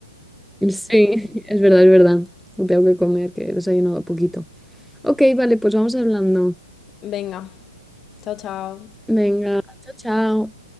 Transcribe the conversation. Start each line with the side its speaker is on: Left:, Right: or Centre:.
Centre: Sí, es verdad, es verdad. Tengo que comer, que he desayunado poquito. Ok, vale, pues vamos hablando.
Left: Venga, chao, chao.
Centre: Venga, chao, chao.